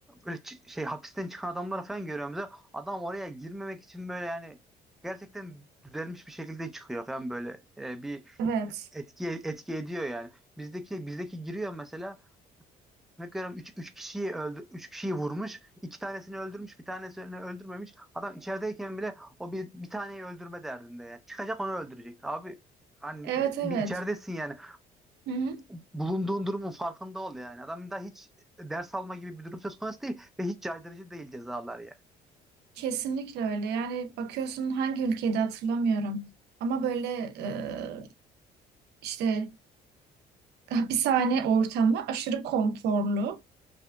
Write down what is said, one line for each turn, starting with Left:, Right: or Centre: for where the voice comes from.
Centre: böyle çı- şey hapisten çıkan adamları falan görüyoruz. ya, Adam oraya girmemek için böyle yani gerçekten düzelmiş bir şekilde çıkıyor falan böyle E, bir
Right: Evet.
Centre: etki etki ediyor yani. Bizdeki bizdeki giriyor mesela Bakıyorum üç üç kişiyi öldü 3 kişiyi vurmuş. iki tanesini öldürmüş, bir tanesini öldürmemiş. Adam içerideyken bile o bir bir taneyi öldürme derdinde yani. Çıkacak onu öldürecek. Abi hani
Right: Evet
Centre: e,
Right: evet.
Centre: bir içeridesin yani.
Right: Hı hı.
Centre: Bulunduğun durumun farkında ol yani. Adam da hiç ders alma gibi bir durum söz konusu değil ve hiç caydırıcı değil cezalar ya.
Right: Kesinlikle öyle. Yani bakıyorsun hangi ülkede hatırlamıyorum. Ama böyle e, işte hapishane ortamı aşırı konforlu.